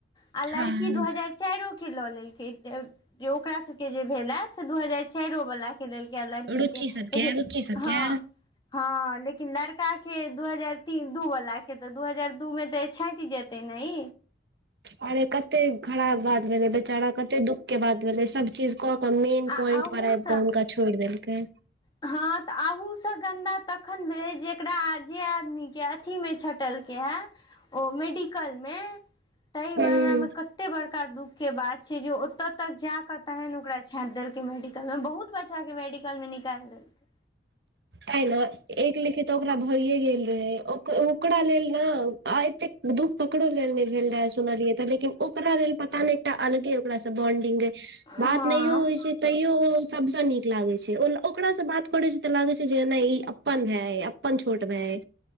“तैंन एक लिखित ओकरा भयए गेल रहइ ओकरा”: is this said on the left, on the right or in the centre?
Right